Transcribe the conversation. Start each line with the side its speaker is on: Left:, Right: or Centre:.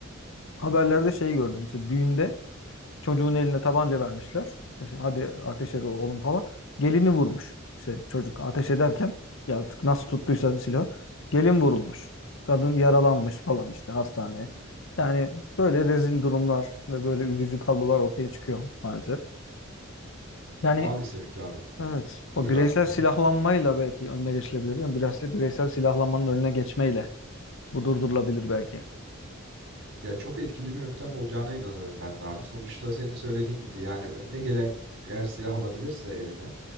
Left: haberlerde şey gördüm. işte düğünde Çocuğun eline tabanca vermişler. İşte hadi ateş et oğlum falan. Gelini vurmuş. İşte çocuk ateş ederken ya artık nasıl tuttuysa silahı gelin vurulmuş. Kadın yaralanmış falan işte hastaneye. Yani böyle rezil durumlar ve böyle üzücü tablolar ortaya çıkıyor maalesef. Yani
Right: Maalesef ki abi.
Left: Evet. o
Right: Buyur
Left: bireysel
Right: abi. Hı hı.
Left: silahlanmayla belki önüne geçilebilir. Yani biraz da bireysel silahlanmanın önüne geçmeyle bu durdurulabilir belki.
Right: Ya çok etkili bir yöntem olacağına inanıyorum ben de abi. Sonuçta senin söylediğin gibi yani önüne gelen eğer silah alabilirse eline